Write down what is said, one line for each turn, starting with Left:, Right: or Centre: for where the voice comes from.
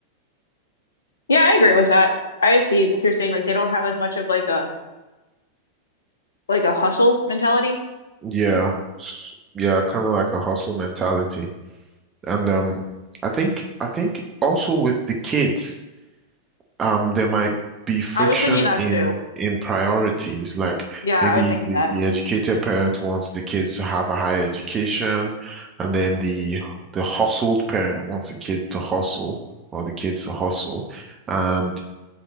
Left: Yeah, I agree with that. I see what you're saying. Like they don't have as much of like a like a hustle mentality.
Right: Yeah, s- yeah, kind of like a hustle mentality. And um, I think I think also with the kids. um there might be friction
Left: I was thinking that
Right: in
Left: too.
Right: in priorities like
Left: Yeah, I
Right: maybe
Left: was thinking
Right: the,
Left: that.
Right: the educated parent wants the kids to have a higher education and then the the hustled parent wants the kid to hustle or the kids to hustle and